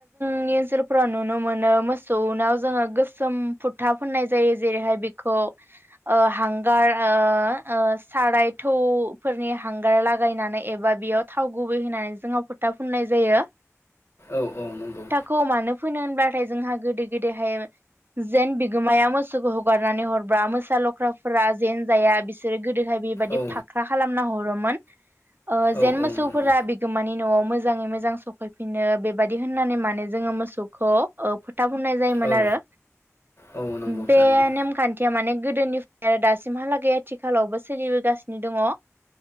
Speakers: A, on the right; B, on the left.
A: नि ओनसोलफोराव नुनो मोनो मोसौनाव जोङो गोसोम फुथा फोननाय जायो जेरैहाय बेखौ ओ हांगार ओ ओ साराय थौफोरनि हांगार लागायनानै एबा बेयाव थाव गुबै होनानै जोङो फोथा फुननाय जायो
B: औ औ नंगौ
A: खौ मानो फोनो होनब्लाथाय जोंहा गोदो गोदायहाय जेन बिगोमाया मोसौखौ हगारनानै हर बा मोसा लख्राफोरा जेन जाया बिसोरो गोदोहाय बेबायादि
B: औ
A: फाख्रा खालामना हरो मोन ओ
B: औ
A: जेन मोसौफोरा
B: नंगौ
A: बिगोमानि न'आव मोजाङै मोजां सफैफिनो बेबायदि होननानै माने जोङो मोसौखौ ओ फो था फुनाय जायोमोन
B: औ
A: आरो
B: औ नंगौ
A: बे
B: थारैनो
A: नेमखान्थि गोदोनिफ्राय आरो दासिमहालागै आथिखालावबो सोलिबोगासिनो दङ। ओ